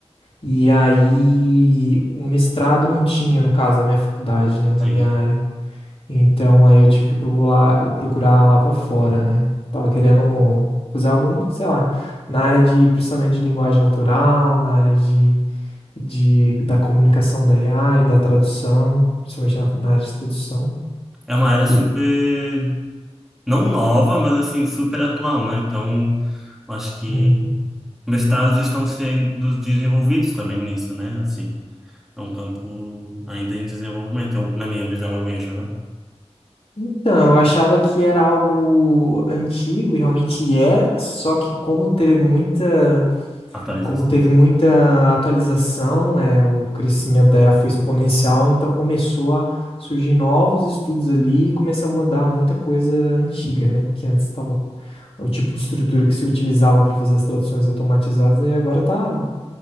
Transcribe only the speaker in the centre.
Sim.
É uma área super,
não nova, mas assim, super atual, né? Então, acho que
mestrados estão sendo desenvolvidos também nisso, né? Assim, é um campo ainda em desenvolvimento, eu, na minha visão, eu vejo, né?
Atualizações.